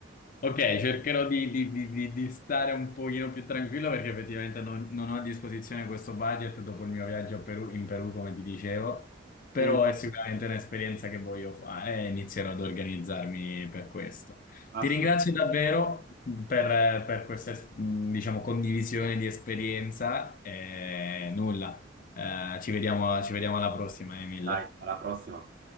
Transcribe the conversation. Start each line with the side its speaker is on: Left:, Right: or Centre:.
Left: Ok, cercherò di, di- di- di- di stare un pochino più tranquillo perché effettivamente non, non ho a disposizione questo budget dopo il mio viaggio a Perù- in Perù, come ti dicevo, però
Right: e
Left: è sicuramente un'esperienza che voglio fare e inizierò ad organizzarmi per questo.
Right: assolutamente.
Left: Ti ringrazio davvero per, per questa, es- mh, diciamo, condivisione di esperienza e nulla, eh, ci vediamo, ci vediamo alla prossima, Emil.
Right: Dai, alla prossima.